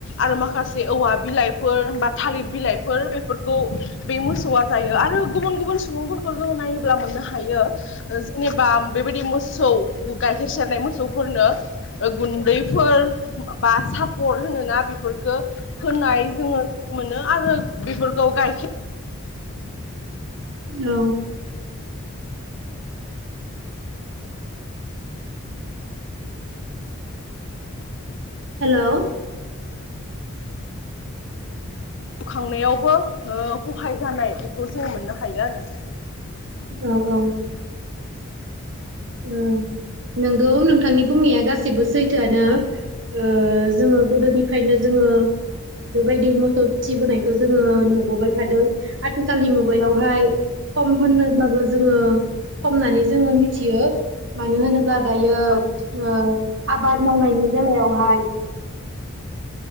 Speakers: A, on the left; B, on the right.
A: आरो माखासे औवा बिलाइ फोर बा थालिर बिलाइ बेफोरखौ बे मोसौआ आरो गुबुन गुबुन सुबुंफोरखौ जों नायोब्ला मोननो हायो जेनेबा बेबायदि मोसौ औ गाइखेर सेरनाय मोसौफोरनो ओ गुन्दैफोर बा सापर होनो ना बेफोरखो होनाय जोङो नुनो मोनो आरो बेफोरखौ गाइखेर
B: औ। हेलौ
A: जिउ खांनायावबो हो खहाय जानाय बेखौ जोङो मोननो हायो आरो
B: औ औ। <unintelligible> नंगौ नोंथांनि बुंनाया गासिबो सैथोआनो। ओ जोङो गोदोनिफ्रायनो जोङो बेबायदि मोसौ फिसिबोनायखौ जोङो नुबोबाय थादों। आथिखालनि मुगायावहाय कम होननोब्लाबो जोङो कमनानै जोङो मिथियो। मानो होनोब्ला दायो
A: औ
B: यो आबाद मावनायनि बेलायावहाय